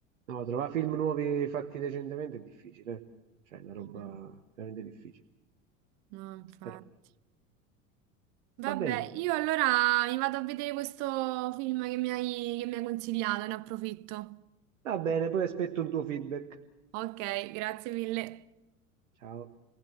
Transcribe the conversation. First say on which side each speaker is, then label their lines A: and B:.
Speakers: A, on the right (about 65°); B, on the right (about 45°).
A: no, trovare film nuovi fatti recentemente è difficile, eh. cioè è una roba
B: Eh,
A: veramente difficile,
B: No, infatti.
A: però
B: Vabbè,
A: va bene,
B: io allora mi vado a vedere questo film che mi hai, che mi hai consigliato, ne approfitto.
A: va bene, poi aspetto un tuo feedback.
B: Ok, grazie mille.
A: Ciao.